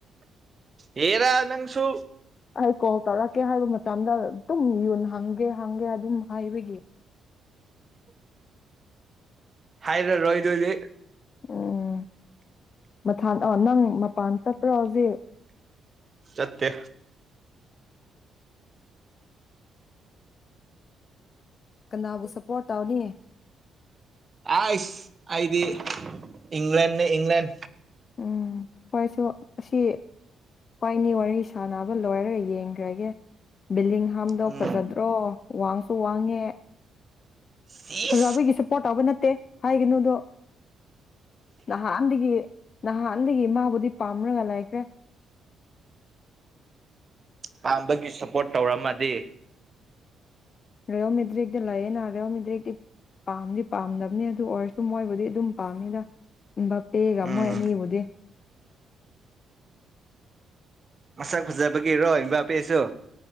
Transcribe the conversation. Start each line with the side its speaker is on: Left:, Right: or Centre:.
Right: ꯍꯔꯥ ꯅꯪꯁꯨ
Left: ꯑꯩ ꯀꯣꯜ ꯇꯧꯔꯛꯀꯦ ꯍꯥꯏꯕ ꯃꯇꯝꯗ ꯑꯗꯨꯝ ꯌꯨꯣꯟ ꯍꯪꯒꯦ ꯍꯪꯒꯦ ꯑꯗꯨꯝ ꯍꯥꯏꯕꯒꯤ
Right: ꯍꯥꯏꯔ ꯔꯣꯏ ꯑꯗꯣꯏꯗꯤ
Left: ꯎꯝ ꯃꯊ ꯑ ꯅꯪ ꯃꯄꯥꯟ ꯆꯠꯇꯄ꯭ꯔꯣ ꯍꯧꯖꯤꯛ
Right: ꯆꯠꯇꯦ
Left: ꯀꯅꯥꯕꯨ ꯁꯞꯄꯣꯔꯠ ꯇꯧꯅꯤ
Right: ꯑꯁ ꯑꯗꯤ ꯏꯪꯂꯦꯜ ꯅꯤ ꯏꯪꯂꯦꯜ
Left: ꯎꯝ ꯍꯣꯏꯁꯨ ꯑꯁꯤ ꯀ꯭ꯋꯥꯏꯅꯤ ꯋꯥꯔꯤ ꯁꯥꯟꯅꯕ ꯂꯣꯏꯔꯒ ꯌꯦꯡꯈ꯭ꯔꯒꯦ ꯕꯤꯜꯗꯤꯡ ꯑꯍꯝꯗꯣ
Right: ꯎꯝ
Left: ꯐꯖꯗ꯭ꯔꯣ ꯋꯥꯡꯁꯨ ꯋꯥꯡꯉꯦ
Right: ꯁꯤ
Left: ꯖꯥꯕꯒꯤ ꯁꯄꯣꯠ ꯇꯥꯕ ꯅꯠꯇꯦ ꯍꯥꯏꯒꯅꯨꯗꯨ ꯅꯍꯥꯟꯗꯒꯤ ꯅꯍꯥꯟꯗꯒꯤ ꯃꯥꯕꯨꯗꯤ ꯄꯥꯝꯔꯒ ꯂꯩꯈ꯭ꯔꯦ
Right: ꯄꯥꯝꯕꯒꯤ ꯁꯞꯄꯣꯔꯠ ꯇꯧꯔꯝꯃꯗꯤ
Left: ꯔꯤꯌꯜ ꯃꯦꯗ꯭ꯔꯤꯛꯗ ꯂꯩꯌꯦꯅ ꯔꯤꯌꯦꯜ ꯃꯦꯗ꯭ꯔꯤꯛꯇꯤ ꯄꯥꯝꯗꯤ ꯄꯥꯝꯗꯕꯅꯤ ꯑꯗꯨ ꯑꯣꯏꯔꯁꯨ ꯃꯣꯏꯕꯨꯗꯤ ꯑꯗꯨꯝ ꯄꯥꯝꯅꯤꯗ ꯏꯕ ꯄꯦꯒ
Right: ꯎꯝ
Left: ꯃꯣꯏ ꯑꯅꯤꯕꯨꯗꯤ
Right: ꯃꯁꯛ ꯐꯖꯕꯒꯤꯔꯣ ꯏꯝꯕꯥ ꯄꯦꯁꯨ